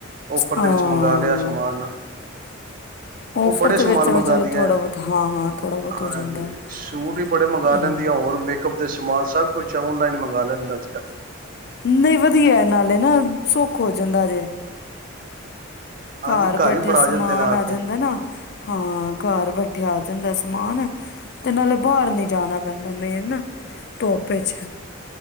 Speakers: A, on the right; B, on the left.
A: ਔਫਰ
B: ਹਾਂ
A: ਦੇ ਵਿੱਚ ਮੰਗਾ ਲਿਆ ਸਮਾਨ, ਉਹ
B: ਔਫਰ
A: ਬੜੇ
B: ਤੇ
A: ਸਮਾਨ
B: ਵਿੱਚ ਚਲੋ
A: ਮੰਗਾਂਦੀ
B: ਥੋੜਾ
A: ਐ।
B: ਬਹੁਤ ਹਾਂ ਥੋੜਾ ਬਹੁਤ
A: ਹਾਂਜੀ,
B: ਹੋ ਜਾਂਦਾ
A: ਸੂਟ ਵੀ ਬੜੇ
B: ਹਮ
A: ਮੰਗਾ ਲੈਂਦੀ ਆਂ ਹੋਰ ਮੇਕਅਪ ਦੇ ਸਮਾਨ ਸਭ ਕੁਛ ਔਨਲਾਈਨ ਮੰਗਵਾ ਲੈਂ ਦੀ ।
B: ਨਹੀਂ, ਵਧੀਆ ਨਾਲੇ ਨਾ, ਸੁੱਖ ਹੋ ਜਾਂਦਾ ਏ।
A: ਹਾਂਜੀ
B: ਘਰ ਬੈਠੇ
A: ਹੀ ਫੜਾ
B: ਸਮਾਨ
A: ਜਾਂਦੇ ਨੇ
B: ਆ
A: ਕੇ
B: ਜਾਂਦਾ ਨਾ ਹਾਂ, ਘਰ ਬੈਠਿਆ ਆ ਜਾਂਦਾ ਸਮਾਨ, ਤੇ ਨਾਲੇ ਬਾਰ ਨੀ ਜਾਣਾ ਪੈਂਦਾ। ਮੇਨ ਨਾ ਧੁੱਪ ਵਿੱਚ